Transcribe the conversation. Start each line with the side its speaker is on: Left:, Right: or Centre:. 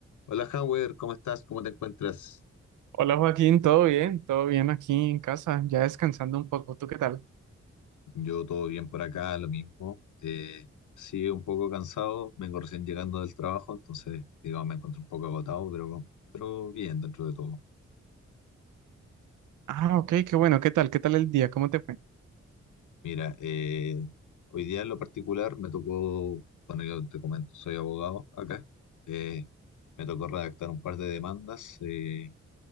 Left: Hola, Howard, ¿cómo estás? ¿Cómo te encuentras?
Right: Hola Joaquín, ¿todo bien? ¿Todo bien aquí en casa? Ya descansando un poco, ¿tú qué tal?
Left: Yo todo bien por acá, lo mismo. Eh, sí, un poco cansado, vengo recién llegando del trabajo, entonces, digamos, me encuentro un poco agotado, pero, pero bien dentro de todo.
Right: Ah, ok, qué bueno, ¿qué tal? ¿Qué tal el día? ¿Cómo te fue?
Left: Mira, eh, hoy día en lo particular me tocó, bueno, yo te comento, soy abogado acá, eh, me tocó redactar un par de demandas, eh,